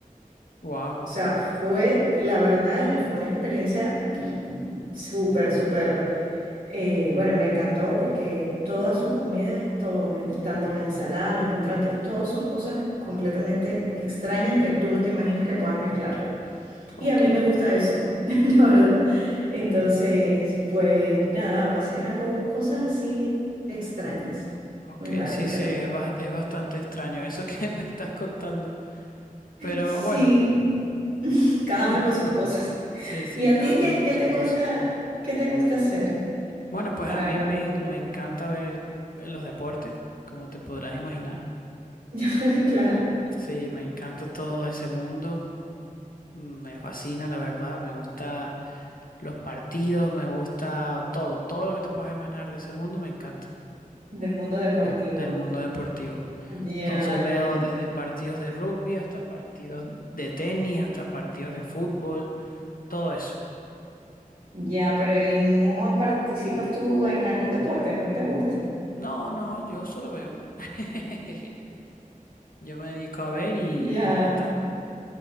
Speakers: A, on the left; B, on the right.
A: Wow,
B: O sea, fue la verdad y fue una experiencia r- súper, súper, eh, bueno, me encantó porque todas sus comidas, todos, en- tanto las ensaladas, los entrantes, todos son cosas completamente extrañas que tú no te imaginas que puedas mezclar.
A: ok.
B: Y a mí me gusta eso, <laughs> la verdad. Entonces, pues nada, a veces hago cosas así extrañas,
A: Ok,
B: muy raras,
A: sí, sí,
B: pero
A: es, ba- es bastante extraño eso que <laughs> me estás contando. Pero
B: sí.
A: bueno,
B: cada
A: <laughs>
B: uno con sus cosas.
A: sí, sí,
B: ¿Y a
A: cada
B: ti qué,
A: uno con
B: qué
A: sus
B: te
A: cosas.
B: gusta, qué te gusta hacer
A: Bueno, pues
B: para,
A: a mí
B: para
A: me,
B: disfrutar?
A: en- me encanta ver los deportes, como te podrás imaginar.
B: <laughs> Claro,
A: Sí, me encanta todo ese mundo. Me fascina, la verdad. Me gusta los partidos, me gusta todo. Todo lo que te puedas imaginar de ese mundo me encanta,
B: del mundo deportivo.
A: del mundo deportivo.
B: Ya,
A: Entonces veo
B: ya,
A: desde partidos de rugby hasta partidos de tenis, hasta partidos de fútbol Todo eso.
B: ya, pero ¿y no participas tú en algún deporte? ¿No te gusta?
A: No, no, yo solo veo. <laughs> Yo me dedico a ver y,
B: Ya,
A: y ya está.